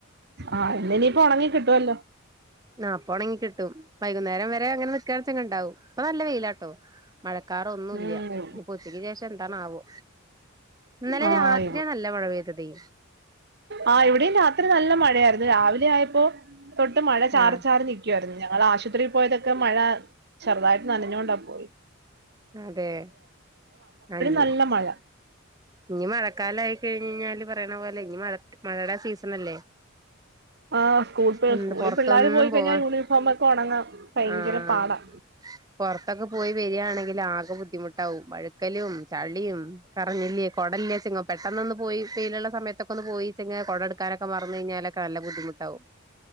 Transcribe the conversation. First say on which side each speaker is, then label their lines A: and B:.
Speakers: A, on the right; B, on the right.
A: ആഹ് ഇന്നിനിയിപ്പോ ഉണങ്ങി കിട്ടുവല്ലോ
B: ആ അപ്പോണെങ്ങി കിട്ടും വൈകുന്നേരം വരെ അങ്ങനെ <unintelligible> പ്പ നല്ല വെയില ട്ടോ മഴക്കാറൊന്നുല്യ
A: ഉം
B: ഇനി ഉച്ചക്ക് ശേഷ എന്താണാവോ ഇന്നലെ
A: ആഹ്
B: രാത്രി ആ നല്ല മഴ പെയിതതെ
A: ആ ഇവിടെയും രാത്രി നല്ല മഴയായിരുന്നു രാവിലെ ആയപ്പോ തൊട്ട് മഴ ചാറി
B: ആഹ്
A: ചാറി നിക്കുവായിരുന്ന് ഞങ്ങൾ ആശുപത്രിൽ പോയതൊക്കെ മഴ ചെറുതായിട്ട് നനഞ്ഞൊണ്ടാ പോയ
B: അതെ അഞ്
A: നല്ല മഴ
B: ഇനി മഴക്കാല ആയി കഴിഞ്ഞഴിഞ്ഞാല് പറയണ പോലെ ഇനി മഴ മഴയുടെ സീസണല്ലേ
A: ആ സ്കൂൾ
B: എന്ത്
A: സ്കൂളി
B: പൊറത്തൊന്നും
A: പിള്ളേർ പോയി കഴിഞ്ഞാൽ
B: പോവാൻ
A: യൂണിഫോമൊക്കെ ഉണങ്ങ ഭയങ്കര
B: ആഹ്
A: പാടാ
B: പൊറത്തൊക്കെ പോയി വരിയാണെങ്കില് ആകെ ബുദ്ധിമുട്ടാവും വഴുക്കലും ചളിയും കറഞ്ഞില്ലേ കൊടല്ലേ ചെങ്ങ പെട്ടെന്നൊന്ന് പോയി പയിലുള്ള സമയത്തൊക്കെ ഒന്ന് പോയി ചെങ്ങ കൊട എടുക്കാനൊക്കെ മറു കഴിഞ്ഞാലൊക്കെ നല്ല ബുദ്ധിമുട്ടാാവും